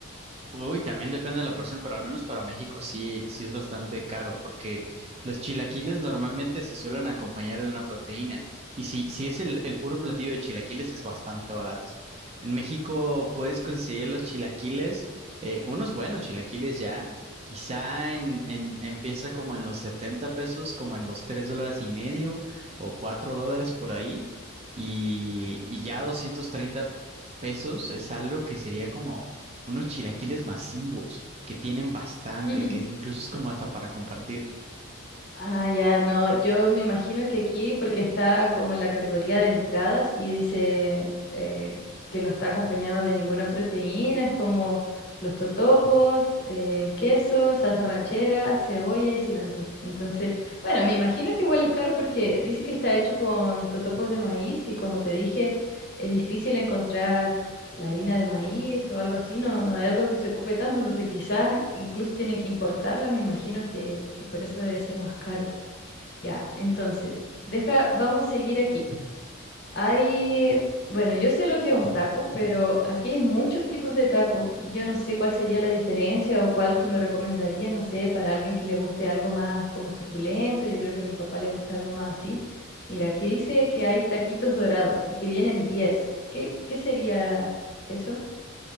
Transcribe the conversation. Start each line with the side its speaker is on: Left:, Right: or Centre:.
Right: Uy, también depende de la porción, pero al menos para México sí, sí es bastante caro, porque los chilaquiles normalmente se suelen acompañar de una proteína. Y si, si es el, el puro platillo de chilaquiles, es bastante barato. En México puedes conseguir los chilaquiles, eh, unos buenos chilaquiles ya. Quizá en, en- empieza como en los 70 pesos, como en los 3 dólares y medio o 4 dólares por ahí. Y, y ya doscientos treinta pesos es algo que sería como unos chilaquiles masivos que tienen bastante,
Left: Ujú.
Right: que incluso es como hasta para compartir.
Left: Ah, ya, no, yo me imagino que aquí, porque está como en la categoría de entradas y dice eh, que no está acompañado de ninguna proteína, es como los totopos, eh, queso, salsa ranchera, cebolla y cilantro. Entonces, bueno, me imagino que igual es caro porque dice que está hecho con totopos de maíz y como te dije, es difícil encontrar la harina de maíz o algo así, no, no es algo que se ocupe tanto, entonces quizás incluso tienen que importarla, me imagino que, que por eso debe ser más caro. Ya, entonces, deja, vamos a seguir aquí. Hay, bueno, yo sé lo que es un taco, pero aquí hay muchos tipos de taco y yo no sé cuál sería la diferencia o cuál tú me recomendarías, no sé, para alguien que le guste algo más como suculento, yo creo que a mi papá le gusta algo más así. Mira, aquí dice que hay taquitos dorados y que vienen diez ¿Qué, qué sería eso?